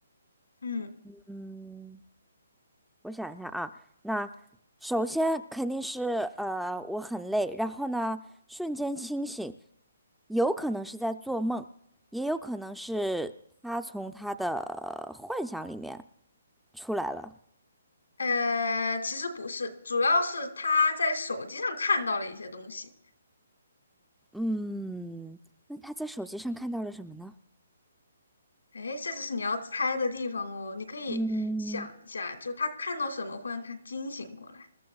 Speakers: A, on the left; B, in the centre.
A: 嗯，
B: 嗯，我想一下啊，那首先肯定是呃我很累，然后呢瞬间清醒，有可能是在做梦，也有可能是他从他的呃幻想里面出来了。
A: 呃，其实不是，主要是他在手机上看到了一些东西。
B: 嗯，那他在手机上看到了什么呢？
A: 哎，这就是你要猜的地方哦。你可以想一下，
B: 嗯，
A: 就他看到什么会让他惊醒过来。